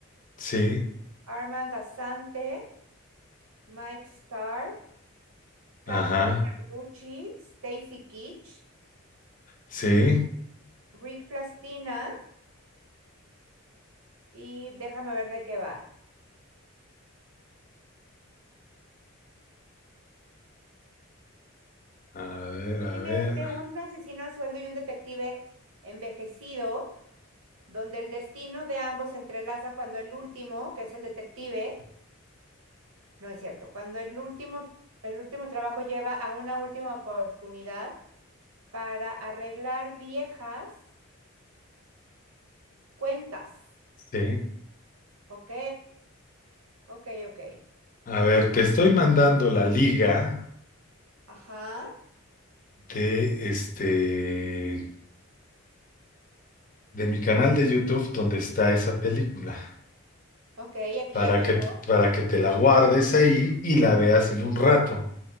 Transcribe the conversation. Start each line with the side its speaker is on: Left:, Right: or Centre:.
Left: Sí,
Right: Armand Asante, Mike Starr, Catherine
Left: ajá,
Right: Carducci, Stacy Keach,
Left: sí.
Right: Rick Plastina y déjame ver de qué va.
Left: A ver, a
Right: Dice
Left: ver,
Right: que es de un asesino a sueldo y un detective envejecido, donde el destino de ambos se entrelaza cuando el último, que es el detective, no es cierto, cuando el último, el último trabajo lleva a una última oportunidad para arreglar viejas Cuentas.
Left: sí.
Right: Ok, ok, ok.
Left: A ver, te estoy mandando la liga
Right: Ajá,
Left: de este, de mi canal de YouTube donde está esa película,
Right: ok, aquí
Left: para
Right: ya me
Left: que,
Right: llegó.
Left: para que te la guardes ahí y la veas en un rato.